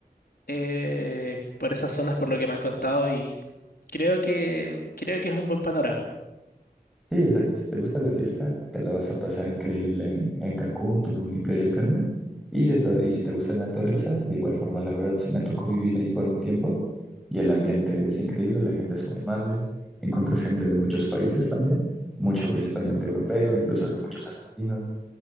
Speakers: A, on the left (about 65°); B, in the centre.
A: eh, por esas zonas por lo que me han contado y creo que creo que es un buen panorama.
B: Sí, o sea, si te gusta la fiesta, te la vas a pasar increíble en, en Cancún, Tulum y Playa del Carmen. Y, de to- y si te gusta la naturaleza, de igual forma, la verdad, me tocó vivir ahí por un tiempo y el ambiente es increíble, la gente es muy amable, encuentras gente de muchos países también, mucho principalmente europeo, incluso muchos argentinos,